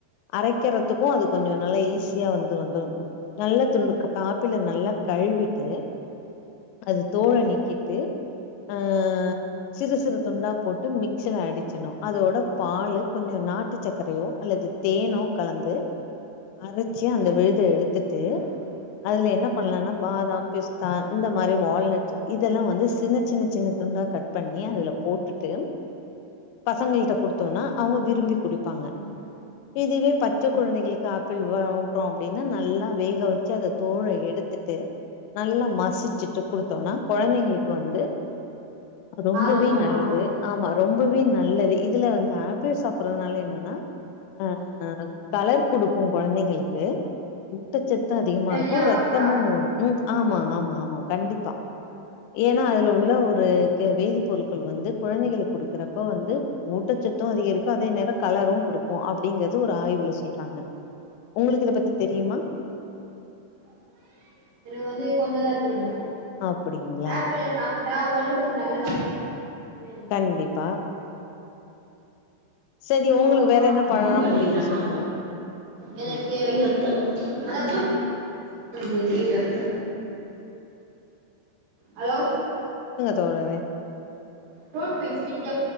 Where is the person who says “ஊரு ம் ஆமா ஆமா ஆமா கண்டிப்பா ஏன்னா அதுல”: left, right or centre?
Left